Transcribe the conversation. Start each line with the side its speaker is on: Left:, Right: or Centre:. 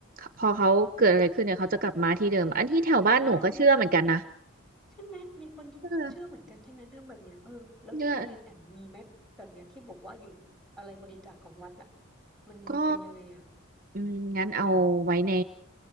Right: พอเขาเกิดอะไรขึ้นเนี่ยเขาจะกลับมาที่เดิมอันที่แถวบ้านหนูก็เชื่อเหมือนกันนะ
Centre: เออใช่ไหมมีคนเชื่อเหมือนกันใช่ไหมเรื่องแบบเนี้ยเออแล้วที่โรงเรียนแอมมีไหมแบบเนี้ยที่บอกว่าอยู่อะไรบริจาคของวัดน่ะ
Right: เออเนี่ย
Centre: มันเป็นยังไงอ่ะ
Right: ก็อืมงั้นเอาไว้ใน